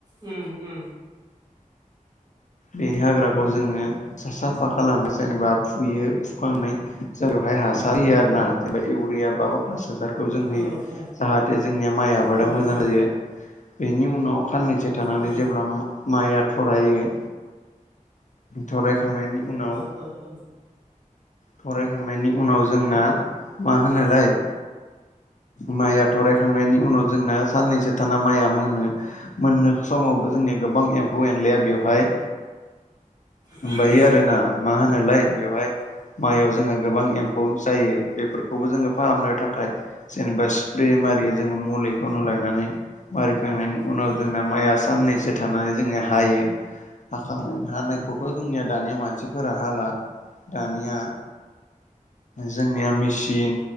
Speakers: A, on the right; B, on the left.
A: उम उम
B: बेनि हाग्राखौ जोङो सा-साफा खालामो जेनेबा फुयो फुखांनाय जों बेवहाय हासार होयो आरोना जेनेबा इउरिया बा बटासाजार खौ जों होयो
A: ओ ओ
B: जाहाथे जोंनिया माइ आबादा
A: उम
B: मोजां
A: उम
B: जायो बेनि उनाव खाननैसो थानानै
A: उम
B: जेब्ला माइया थरायो थरायखांनायनि उनाव
A: ओ ओ
B: थरायखांनायनि उनाव जोंना मा होनोलाय माइया थरायखांनायनि उनाव जोंना साननैसो थाना माइया मोनो मोननो समावबो जोंनिया गोबां एम्फौ एनलाया बेवहाय
A: ओ
B: माबायो आरोना मा होनोलाय बेवहाय माइयाव जोंहा गोबां एम्फौ जायो बेफोरखौबो जोङो फाहामनो थाखाय। जेनेबा स्प्रे मारियो जोङो मुलिखौनो लायनानै मारिखांनायनि उनाव
A: उम
B: जोंना माइया साननैसो थानानै जोङो हायो हाखांनाय हानायखौथ' जोंनिया दानिया मानसिफोरा हाला दानिया जोंनिया मेसिन